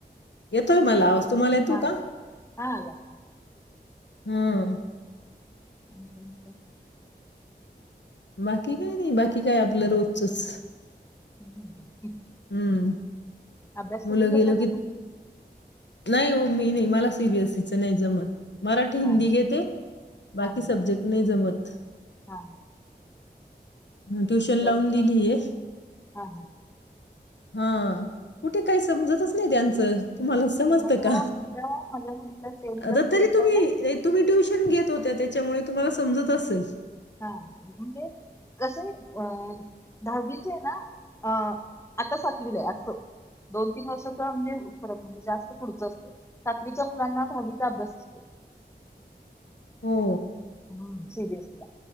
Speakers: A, on the left; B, on the left.
A: येतोय मला आवाज तुम्हाला येतो
B: नाही
A: का
B: हा आला.
A: हम्म!
B: <unintelligible>
A: बाकी काय नाही बाकी काय आपलं रोजचच.
B: <unintelligible>
A: हम्म!
B: अभ्यास
A: मुलं
B: तुम्ही घेता
A: गेलो
B: का?
A: की नाही हो मी नाही मला सीबीएसईचं नाही जमत. मराठी हिंदी
B: हा
A: घेते बाकी
B: हा हा
A: सब्जेक्ट नाही जमत.
B: हा
A: ट्युशन लावून
B: <unintelligible>
A: दिलीये.
B: हा
A: हा कुठे काही समजतच नाही त्यांचं. तुम्हाला समजत
B: नाही हो
A: का
B: आता माझ्या मुलीला टेंथला
A: आता
B: स्टेट
A: तरी तुम्ही
B: ला ना
A: तुम्ही ट्युशन घेत होत्या ते त्याच्या मुळे तुम्हाला समजत असल.
B: हा म्हणजे कसं आहे अ दहावीचे ना अ आता सातवीला आहे अस दोन तीन वर्षाचा म्हणजे फरत म्हणजे जास्त पुढच असतं सातवीच्या मुलांना दहावीचा अभ्यास असतो.
A: हो.
B: हम्म सीबीएसइला